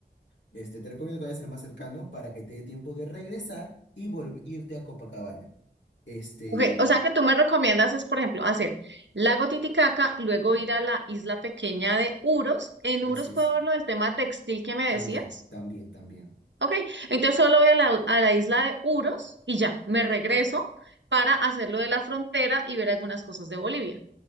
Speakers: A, on the left; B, on the right.
A: Este, te recomiendo que vayas al más cercano para que te dé tiempo de regresar y volv- irte a Copacabana. Este,
B: Ok, o sea que tú me recomiendas es, por ejemplo, hacer Lago Titicaca, luego ir a la isla pequeña de Uros. En
A: así
B: Uros puedo
A: es.
B: ver lo del tema textil que me
A: También,
B: decías.
A: también, también.
B: Ok, entonces solo voy a la, a la isla de Uros y ya, me regreso para hacer lo de la frontera y ver algunas cosas de Bolivia.